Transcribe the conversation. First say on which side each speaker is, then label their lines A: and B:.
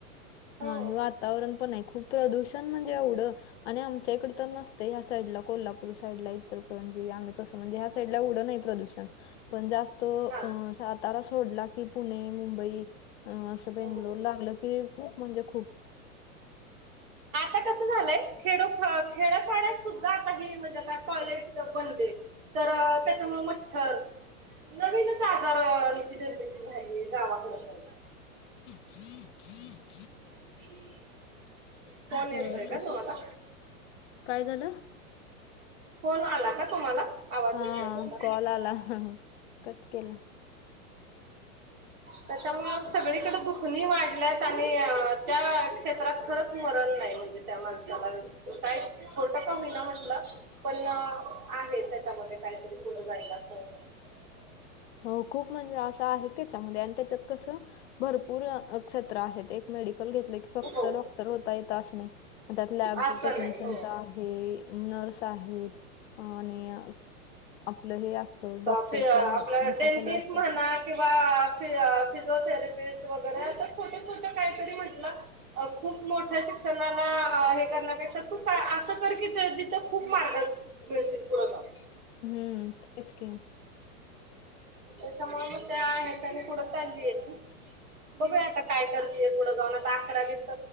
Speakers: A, on the right (about 65°); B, on the left (about 50°).
A: हो
B: हा आणि वातावरण पण आहे खूप प्रदूषण म्हणजे एवढं आणि आमच्या इकडं तर नसतेय या साईडला कोल्हापु पूर साईडला इचलकरंजी आम्ही कसं म्हणजे ह्या साईडला एवढ नाही प्रदूषण. पण जास्त अं
A: हा
B: सातारा सोडला की पुणे, मुंबई असं बेंगलोर
A: हो
B: लागलं की खूप म्हणजे खूप.
A: आता कसं झालयं खेडो खेड्या पाड्यात सुद्धा आता हे म्हणजे आता टॉयलेट बनले. तर त्याच्यामुळे मच्छर नवीनच आजारांची निर्मिती झालीय गावाकड पण.
B: <inaudible>
A: आंटी <inaudible> फोन येतोय
B: होय तस
A: का तुम्हाला?
B: काय झालं
A: फोन आला का तुम्हाला? आवाज
B: हा
A: येतोय तसा?
B: कॉल आला कट केला
A: त्याच्यामुळं सगळीकड दुखणी वाढ ल्यात आणि त्या क्षेत्रात खरंच मरण नाही म्हणजे त्या माणसाला काय छोट का होईना म्हटलं, पण आहे त्याच्यामध्ये काहीतरी पुढे जायला असं. <inaudible>
B: हो खूप म्हणजे असं आहे त्याच्यामध्ये आणि त्याच्यात कसं. भरपूर अक क्षेत्र आहेत एक मेडिकल घेतल की फक्त
A: हो
B: डॉक्टर होता येत असं नाही, त्यात लॅब
A: असं
B: टेक्निशियनचा
A: नाही हो.
B: आहे. हे नर्स आहेत, आणि, आपलं हे त डॉक्टरच्या
A: आपलं
B: हाताखाली
A: डेंटिस्ट
B: असतात
A: म्हणा
B: ते.
A: किंवा फि फिजिओथेरपिस्ट वगैरे असं छोट छोट काहीतरी म्हंटल खूप मोठ्या शिक्षणाला हे करण्यापेक्षा तू का असं कर की जिथं खूप मार्ग मिळतील पुढ जाऊन.
B: हम्म, तेच की.
A: त्याच्यामुळ म त्या हेच्यान पुढं चाललीय ती. बघूया आता काय करतेय पुढं जाऊन आता अकरावीत